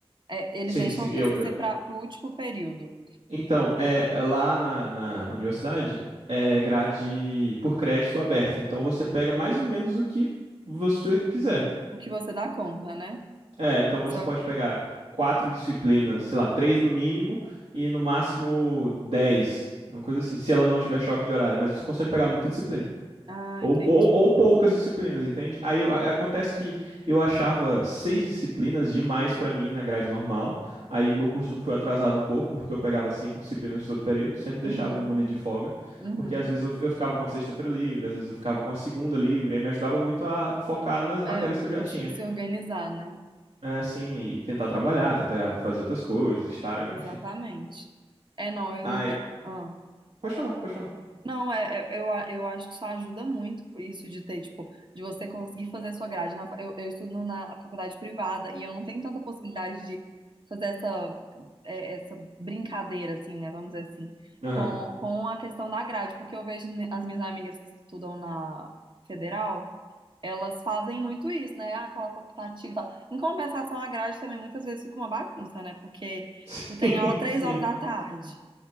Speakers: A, on the right; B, on the right.
A: É, eles
B: Sim,
A: deixam
B: sim,
A: o
B: eu,
A: TCC
B: eu...
A: para o último período,
B: Então, é, lá na, na universidade é grade por crédito aberta, então você pega mais ou menos o que você quiser.
A: o que você dá conta, né?
B: É, então você
A: Só...
B: pode pegar quatro disciplinas, sei lá, três no mínimo e no máximo dez, uma coisa assim, se ela não tiver choque de horário, mas você consegue pegar muita disciplina.
A: Ah,
B: Ou,
A: entendi.
B: ou, ou poucas disciplinas, entende? Aí eu- a- acontece que eu achava seis disciplinas demais pra mim na grade normal. Aí meu curso foi atrasado um pouco, porque eu pegava cinco disciplinas todo período, sempre deixava
A: Uhum,
B: uma ali de folga,
A: uhum.
B: porque às vezes eu, eu ficava com a sexta-feira livre, às vezes eu ficava com a segunda livre, aí me ajudava muito a focar nas matérias
A: É,
B: que eu já
A: conseguir
B: tinha.
A: se organizar, né?
B: É, sim, e tentar trabalhar, tentar fazer outras coisas, estágio,
A: Exatamente.
B: enfim.
A: É, não, eu
B: Aí,
A: não. eu- ah.
B: pode falar, pode falar.
A: Não, é, é- eu, a- eu acho que isso ajuda muito, isso de ter, tipo, de você conseguir fazer a sua grade. Na fa- eu, eu estudo na faculdade privada e eu não tenho tanta possibilidade de fazer essa, é, essa brincadeira, assim, né? Vamos dizer assim,
B: Aham.
A: com, com a questão da grade, porque eu vejo mi- as minhas amigas que estudam na federal. Elas fazem muito isso, né? Ah, coloca optativo e tal. Em compensação, a grade também muitas vezes fica uma bagunça, né? Porque,
B: <laughs> Sim,
A: tipo, tem aula três
B: sim.
A: horas da tarde